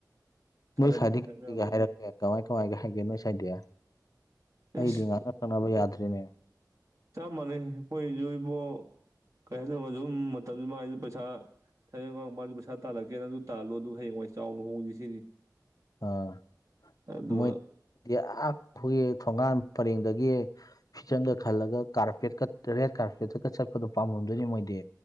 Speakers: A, on the right (about 50°); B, on the left (about 60°).
A: ꯊꯥꯗꯔꯤ
B: ꯅꯣꯏ ꯁꯥꯏꯗꯤ
A: ꯄꯩꯁꯥ
B: ꯀꯩꯀꯩ
A: ꯃꯌꯥꯝꯗꯣ
B: ꯍꯥꯏꯔꯛꯀꯦ ꯀꯃꯥꯏ ꯀꯃꯥꯏꯒ ꯍꯥꯏꯒꯦ ꯅꯣꯏ ꯁꯥꯏꯗꯤ ꯑꯩꯗꯤ
A: ꯑꯦꯁ
B: ꯉꯥꯡꯅ ꯁꯛꯅꯕ ꯌꯥꯗ꯭ꯔ‌ꯦꯅꯦ
A: ꯆꯞ ꯃꯥꯟꯅꯩ ꯑꯩꯈꯣꯏꯁꯨ ꯏꯕꯣ ꯀꯔꯤ ꯍꯥꯏꯗꯧ ꯁꯨꯝ ꯃꯇꯝꯁꯤ ꯃꯥꯏ ꯄꯩꯁꯥ ꯍꯌꯦꯡꯋꯥꯏ ꯃꯥꯁꯨ ꯄꯩꯁꯥ ꯇꯥꯜꯂꯛꯀꯦ ꯅꯪꯁꯨ ꯇꯥꯜꯂꯣ ꯑꯗꯨ ꯍꯌꯦꯡꯋꯥꯏ ꯆꯥꯎꯅ ꯍꯣꯡꯁꯤ ꯁꯤꯅꯤ
B: ꯑꯥ
A: ꯑꯗꯣ
B: ꯃꯣꯏꯗꯤ ꯑꯥ ꯐꯨꯏꯌ‌ꯦ ꯊꯣꯡꯒꯥꯟ ꯄꯔꯦꯡꯗꯒꯤ ꯐꯤꯖꯪꯒ ꯈꯜꯂꯒ ꯀꯥꯔꯄꯦꯠꯀ ꯔꯦꯠ ꯀꯥꯔꯄꯦꯠꯇꯀ ꯆꯠꯄꯗꯣ ꯄꯥꯝꯃꯝꯗꯣꯏꯅꯤ ꯃꯣꯏꯗꯤ